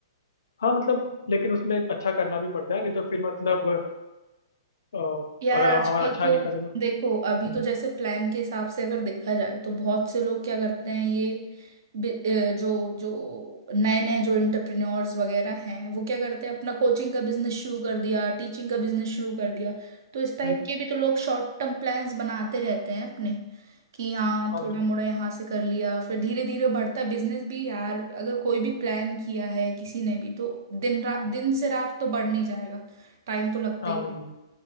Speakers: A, on the left; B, on the right.
A: हाँ मतलब लेकिन उसमें अच्छा करना भी पड़ता है नहीं तो फिर मतलब अ,
B: यार
A: अगर हमारा
B: आजकल
A: अच्छा
B: तो
A: नहीं करेगा
B: देखो अभी
A: हम्म,
B: तो जैसे प्लान के हिसाब से अगर देखा जाए तो बहुत से लोग क्या करते हैं ये बि- अ, जो जो नए नए जो एंटरप्रेन्योर्स वगैरह हैं वो क्या करते हैं अपना कोचिंग का बिजनेस शुरू कर दिया टीचिंग का बिजनेस शुरू कर दिया तो इस टाइप
A: हम्म,
B: के भी तो लोग शॉर्ट टर्म प्लान्स बनाते रहते हैं अपने कि हाँ
A: हाँ
B: थोड़ा
A: बिल्कुल
B: मोड़ा यहाँ से कर लिया फिर धीरे धीरे बढ़ता बिजनेस भी यार अगर कोई भी प्लान किया है किसी ने भी तो दिन रात दिन से रात तो बढ़ नहीं जाएगा टाइम तो लगता
A: हाँ
B: ही
A: वो
B: है
A: भी है